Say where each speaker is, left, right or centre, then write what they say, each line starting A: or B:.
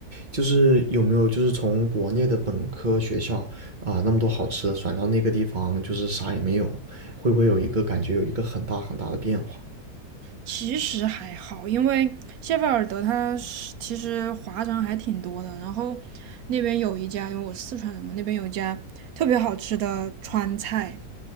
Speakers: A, on the right (about 25°); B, on the right (about 70°).
A: 就是有没有就是从国内的本科学校啊，那么多好吃的转到那个地方，就是啥也没有，会不会有一个感觉有一个很大很大的变化？
B: 其实还好，因为谢菲尔德它是其实华人还挺多的。然后那边有一家，因为我是四川人嘛，那边有一家特别好吃的川菜，